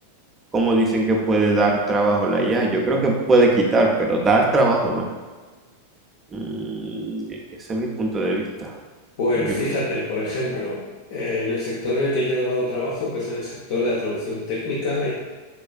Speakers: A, on the right; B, on the left.
A: cómo dicen que puede dar trabajo la IA. Yo creo que puede quitar, pero dar trabajo no. Mm, e, ese es mi punto de vista.
B: Pues
A: Yo.
B: fíjate, por ejemplo, en el sector en el que yo trabajo, que es en el sector de la traducción técnica